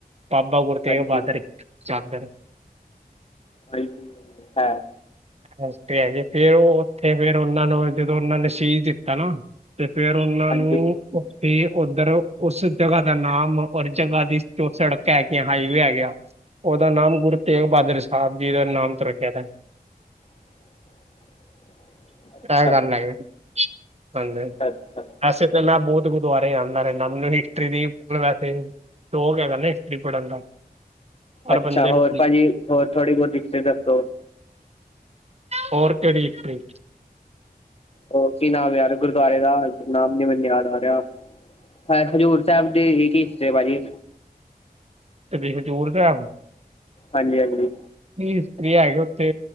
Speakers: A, on the right (about 45°); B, on the left (about 40°).
A: ਬਾਬਾ ਗੁਰੂ ਤੇਗ
B: ਹਾਂਜੀ
A: ਬਹਾਦਰ ਚਾਦਰ
B: ਹਾਂਜੀ ਹਾਂ
A: ਹੱਸਦੇ ਹੈਗੇ ਫਿਰ ਉਹ ਉੱਥੇ ਫਿਰ ਉਹਨਾਂ ਨੂੰ ਜਦੋਂ ਉਹਨਾਂ ਨੇ ਸੀਜ ਦਿੱਤਾ ਨਾ ਤੇ ਫੇਰ ਉਹਨਾਂ
B: ਹਾਂਜੀ
A: ਨੂੰ ਉੱਤੇ ਉੱਧਰ ਉਸ ਜਗ੍ਹਾ ਦਾ ਨਾਮ ਉਸ ਜਗ੍ਹਾ ਦੀ ਜੋ ਸੜਕ ਹੈ ਗ ਹਾਈਵੇ ਹੈ ਗਿਆ ਉਹਦਾ ਨਾਮ ਗੁਰੂ ਤੇਗ ਬਹਾਦਰ ਸਾਹਿਬ ਜੀ ਦਾ ਨਾਮ ਤੋਂ ਰੱਖਿਆ ਤ
B: <inaudible> ਅੱਛਾ
A: ਐ ਗੱਲ ਲਗ ਹਦੇ
B: ਅੱਛਾ ਅੱਛਾ
A: ਅਸ <unintelligible> ਤੇ ਮੈਂ ਬਹੁਤ ਗੁਰਦੁਆਰੇ ਜਾਂਦਾ ਰਹਿੰਦਾ, ਮੈਨੂੰ ਹਿਸਟਰੀ ਦੀ ਮਤਲਬ ਵੈਸੇ ਸਟੋਰ ਹੈਗਾ ਨਾ ਹਿਸਟਰੀ ਪੜਨ ਦਾ ਹਰ
B: ਅੱਛਾ
A: ਬੰਦੇ
B: ਹੋਰ
A: ਨੂੰ
B: ਭਾਜੀ ਹੋਰ ਥੋੜੀ ਬਹੁਤੀ ਹਿਸਟਰੀ ਦੱਸੋ
A: ਹੋਰ ਕਿਹੜੀ ਹਿਸਟਰੀ
B: ਉਹ ਕੀ ਨਾਮ ਯਾਰ ਗੁਰਦੁਆਰੇ ਦਾ ਨਾਮ ਨੀ ਮੈਨੂੰ ਯਾਦ ਆ ਰਿਹਾ ਹਾਂ ਖਜੂਰ ਸਾਹਿਬ ਦੀ ਕੀ ਹਿਸਟਰੀ ਭਾਜੀ
A: ਤੇ ਹਜੂਰ ਸਾਹਿਬ
B: ਹਾਂਜੀ ਹਾਂਜੀ
A: ਹਿਸਟਰੀਆ ਹੈਗੇ ਉੱਥੇ